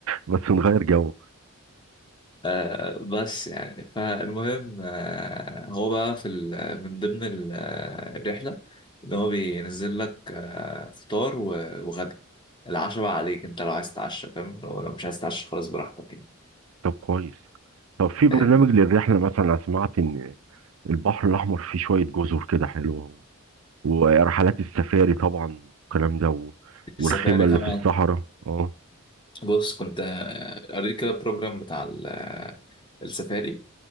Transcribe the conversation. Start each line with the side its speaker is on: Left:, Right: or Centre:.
Right: بس نغير جو
Left: آه بس يعني فالمهم آه هو بقى في ال- من ضمن ال- آه، الرحلة إن هو بينزل لك آه فطار و- وغدا العشاء بقى عليك أنت لو عايز تتعشى فاهم لو لو مش عايز تتعشى خلاص براحتك يعني
Right: طب كويس طب في برنامج
Left: آه،
Right: للرحله مثلا انا سمعت ان البحر الاحمر فيه شويه جزر كده حلوه ورحلات السفاري طبعا والكلام ده و... والخيمة
Left: السفاري
Right: اللي
Left: طبعا
Right: في الصحراء اه
Left: بص كنت آه، قريت كده البروجرام بتاع ال- آه، السفاري